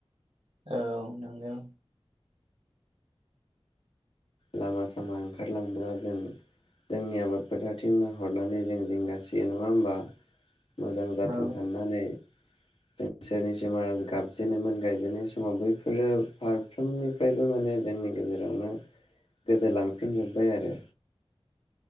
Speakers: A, on the right; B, on the left.
A: औ नंगौ
B: लामा सामा ओंखारलांब्ला जों जोंनि आबाद फोथारथिं हरनानै जों जिंगासियो नङा होमबा मोजां जाथों
A: औ
B: साननानै इसोरनिसिम आरज गाबजेनोमोन गायजेनाय समाव बैफोरो फारफ्रोमनिफ्रायबो माने जोंनि गेजेरावनो गोदो लांफिनजोब्बाय आरो